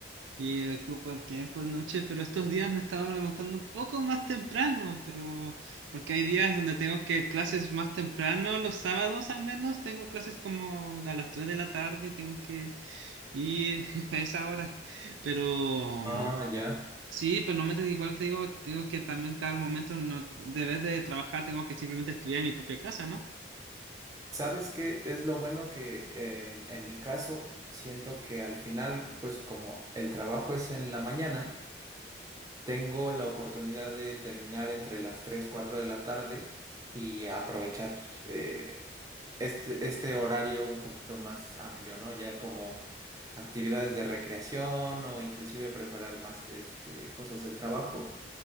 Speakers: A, on the right (about 90°); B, on the right (about 20°).
A: y ocupo el tiempo de noche, pero estos días me estaba levantando un poco más temprano, pero porque hay días donde tengo que clases más temprano, los sábados al menos tengo clases como a las 3 de la tarde y tengo que ir <laughs> a esa hora. Pero
B: Ah,
A: mm,
B: ya.
A: sí, pero no me te- igual te digo, tengo que también dar momentos, no, de vez de trabajar, tengo que simplemente estudiar en mi propia casa, ¿no?
B: ¿Sabes qué es lo bueno que eh, en, en mi caso siento que al final, pues como el trabajo es en la mañana, tengo la oportunidad de terminar entre las 3 4 de la tarde y aprovechar eh, este, este horario un poquito más amplio, ¿no? Ya como actividades de recreación o inclusive preparar más este, cosas del trabajo.